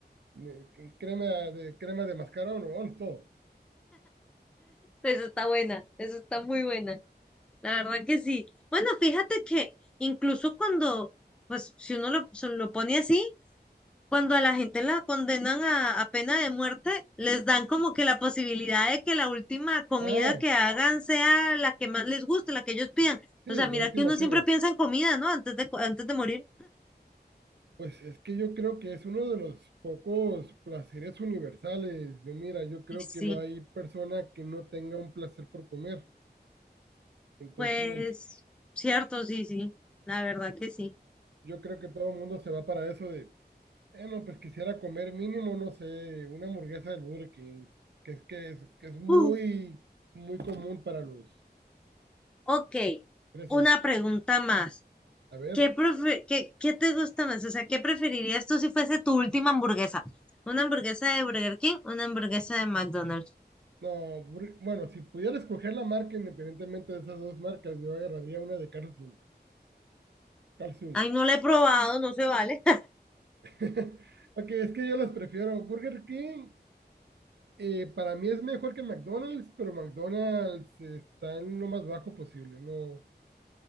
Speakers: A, on the right; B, in the centre.
A: de- crema de crema de mascarón, vámonos todo.
B: Eso está buena, eso está muy buena. La verdad que sí. Bueno, fíjate que incluso cuando, pues si uno lo, se lo pone así, Cuando a la gente la condenan a, a pena de muerte, les dan como que la posibilidad de que la última comida
A: Ah,
B: que hagan sea la que más les guste, la que ellos pidan.
A: Sí,
B: O sea, mira
A: la última
B: que uno
A: cena.
B: siempre piensa en comida, ¿no? Antes de, co- antes de morir.
A: Pues es que yo creo que es uno de los pocos placeres universales. Yo mira, yo creo
B: Y sí,
A: que no hay persona que no tenga un placer por comer. Entonces,
B: pues cierto, sí, sí, la verdad que sí.
A: yo creo que todo el mundo se va para eso de, eh, no, pues quisiera comer mínimo, no sé, una hamburguesa del Burger King, que es que es, que es muy,
B: Uf,
A: muy común para los
B: ok,
A: presos.
B: una pregunta más.
A: A ver,
B: ¿Qué, prefe- qué, qué te gusta más? O sea, ¿qué preferirías tú si fuese tu última hamburguesa? ¿Una hamburguesa de Burger King? ¿Una hamburguesa de McDonald's?
A: no, Bur- bueno, si pudiera escoger la marca independientemente de esas dos marcas, yo agarraría una de Carl's Jr. Carl's Jr.
B: Ay, no la he probado, no se vale.
A: <laughs> Ok, es que yo los prefiero. Burger King eh, para mí es mejor que McDonald's, pero McDonald's eh, está en lo más bajo posible, ¿no? O